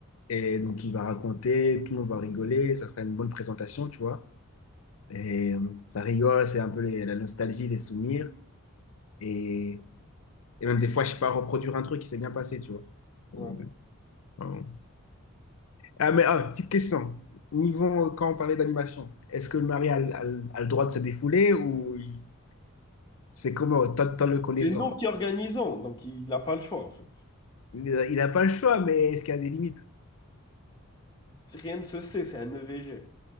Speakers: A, on the left; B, on the left.
A: Et donc il va raconter, tout le monde va rigoler, ça sera une bonne présentation, tu vois. Et euh, ça rigole, c'est un peu les- la nostalgie, les souvenirs. Et, et même des fois, je sais pas, reproduire un truc qui s'est bien passé, tu vois.
B: ouais.
A: Euh, voilà. Ah, mais ah, petite question. Niveau, euh, quand on parlait d'animation, est-ce que le mari a, le a le- a le droit de se défouler ou il- c'est comment, tant, tant le connaissant?
B: C'est nous qui organisons, donc il n'a pas le choix en fait.
A: Il n'a pas le choix, mais est-ce qu'il y a des limites?
B: Rien ne se sait, c'est un EVG.